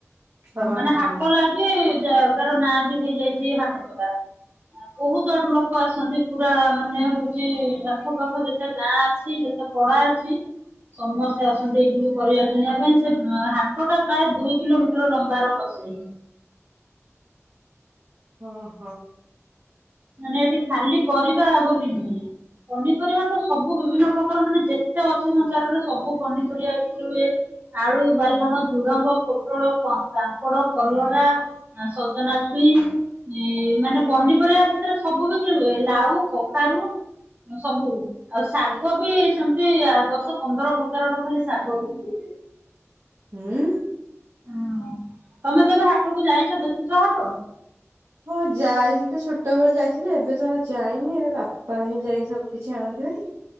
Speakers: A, on the right; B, on the right.
A: ହଁ
B: ମାନେ
A: ହଁ
B: ହାଟ ଲା ଗି ଜାଗାର ନାଁ ବି ହେଇଯାଇଛି ହାଟପଦା। ବହୁତ ଆଡୁ ଲୋକ ଆସନ୍ତି ପୁରା ମାନେ ହଉଛି ଆଖ ପାାଖ ଯେତେ ଗାଁ ଅଛି, ଯେତକ୍ ପଡା ଅଛି। ସମସ୍ତେ ଆସନ୍ତି ଏଇଠିକୁ ପରିବା କିଣିବା ପାଇଁ ସେ ହାଟ ଟା ପ୍ରାୟ ଦୁଇ କିଲୋ ମିଟର ଲମ୍ବାର ବସେ।
A: ହଁ ହଁ।
B: ମାନେ ଏଠି ଖାଲି ପରିବା ବୋଲି ନୁହେଁ। ପନିପରିବା ତ ସବୁ ବିଭିନ୍ନ ପ୍ରକାର ମାନେ ଯେତେ ଅଛି ସଂସାରରେ ସବୁ ପନିପରିବା ବିକ୍ରି ହୁଏ। ଆଳୁ, ବାଲଗଣ, ଝୁଡ଼ଙ୍ଗ, ପୋଟଳ, ଙ୍କ କାଙ୍କଡ, କଲରା ସଜନାଛୁଇଁ ମାନେ ପନିପରିବା ଭି ଏରା ସବୁ ବିକ୍ରି ହୁଏ। ଲାଉ, କଖାରୁ ସବୁ, ଆଉ ଶାଗ ବି ସେମିତି ଦଶ ପନ୍ଦର ପ୍ରକାରର ଖାଲି ଶାଗ ବିକ୍ରି ହୁଏ।
A: ହୁଁ।
B: ହୁଁ ତମେ କେବେ ହାଟକୁ ଯାଇଛ ଦେଖିଛ ହାଟ?
A: ହଁ ଯାଇଛି ତ ଛୋଟବେଳେ ଯାଇଥିଲି, ଏବେ ତ ଆଉ ଯାଇନି, ଏବେ ବାପା ଆଣି ଯାଇକି ସବୁ କିଛି ଆଣନ୍ତିି ବାରି।